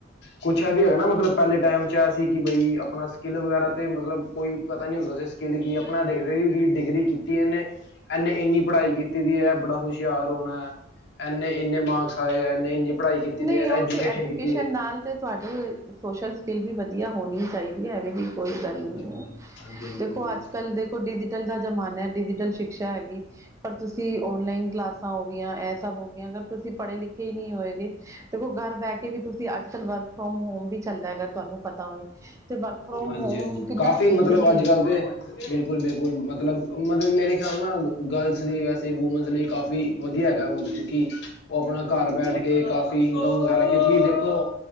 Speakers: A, on the left (about 60°); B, on the right (about 15°).
A: ਕੁੱਛ ਐ ਵੀ ਹੈਗਾ ਨਾ ਮਤਲਬ ਪਹਿਲੇ ਟੈਮ ਚ ਸੀ ਕਿ ਬਈ ਆਪਣਾ ਸਕਿੱਲ ਵਗੈਰਾ ਤੇ ਮਤਲਬ ਕੋਈ ਪਤਾ ਨੀ ਹੁੰਦਾ ਸੀ ਸਕਿੱਲ ਕਿ ਐ ਆਪਣਾ ਦੇਖਦੇ ਵੀ ਡਿਗਰੀ ਕੀਤ ਕਿ ਏਨੇ ਏਨੇ ਇੰਨੀ ਪੜ੍ਹਾਈ ਕੀਤੀ ਦੀ ਐ ਐਹ ਬੜਾ ਖੁਸ਼ ਕਿਆ ਰੋਣਾ ਐ ਐਨੇ ਇੰਨੇ ਮਾਰਕਸ ਆਏ ਐ ਐਨੇ ਇੰਨੀ ਪੜ੍ਹਾਈ ਕੀਤੀ ਦੀ
B: ਨਈ
A: ਹੈ
B: ਓ ਤੇ ਐਜੂਕੇਸ਼ਨ
A: ਕੀਤੀ ਹੈ
B: ਨਾਲ ਤ ਤੁਆਡੇ ਸੋਸ਼ਲ ਸਕਿੱਲ ਵੀ ਵਧੀਆ ਹੋਣੀ ਚਾਈਦੀ ਐ ਐਵੇਂ ਵੀ ਕੋਈ ਗੱਲ
A: ਹਾਂਜੀ
B: ਨਈ
A: ਹਾਂਜੀ
B: ਐ।
A: ਹਾਂਜੀ ਹਾਂਜੀ
B: ਦੇਖੋ
A: ਬਿਲਕੁਲ
B: ਅੱਜ ਕੱਲ੍ਹ ਦੇਖੋ ਡਿਜੀਟਲ ਦਾ ਜ਼ਮਾਨਾ ਡਿਜੀਟਲ ਸ਼ਿਕਸ਼ਾ ਹੈਗੀ ਪਰ ਤੁਸੀਂ ਔਨਲਾਈਨ ਕਲਾਸਾਂ ਹੋ ਗਈਆਂ ਐ ਸਭ ਹੋ ਗੀਆਂ ਅਗਰ ਤੁਸੀਂ ਪੜ੍ਹੇ ਲਿਖੇ ਈ ਨੀ ਹੋਏਗੇ। ਦੇਖੋ ਗਰ ਬਹਿ ਕੇ ਵੀ ਤੁਸੀਂ ਅੱਜ ਕੱਲ ਵਰਕ ਫਰੋਮ ਹੋਮ ਵੀ ਚੱਲਦਾ ਹੈਗਾ ਐ ਤੁਆਨੂੰ ਪਤਾ ਹੋਏ ਤੇ ਵਰਕ ਫਰੋਮ
A: ਹਾਂਜੀ
B: ਹੋਮ
A: ਹਾਂਜੀ
B: ਕਿੰਨਾ
A: ਕਾਫੀ
B: ਈਜ਼ਲੀ
A: ਮਤਲਬ ਅੱਜ ਕੱਲ੍ਹ ਤੇ ਬਿਲਕੁਲ ਬਿਲਕੁਲ ਮਤਲਬ ਮਤਲਬ ਮੇਰੇ ਖਿਆਲ ਨਾਲ ਗਰਲਸ ਲਈ ਵੈਸੇ ਵੂਮਨਸ ਲਈ ਕਾਫੀ ਵਧੀਆ ਹੈਗਾ ਕਿਉਂਕਿ ਓ ਆਪਣਾ ਘਰ ਬੈਠ ਕੇ ਕਾਫ਼ੀ ਇਨਕਮ ਵਗੈਰਾ ਕਿਉਂਕਿ ਦੇਖੋ